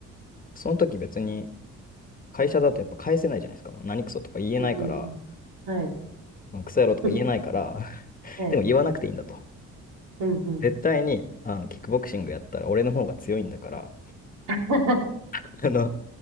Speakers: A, on the left; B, on the right.
A: その時別に会社だとやっぱ返せないじゃないですか。もう何クソとか言えないから、
B: うんうん。はい。
A: もうクソ野郎とか言えないから、
B: <laughs>
A: <laughs>
B: はい。
A: でも言わなくていいんだと。
B: うんうん。
A: 絶対にあのキックボクシングやったら俺の方が強いんだから、
B: <laughs>
A: あの、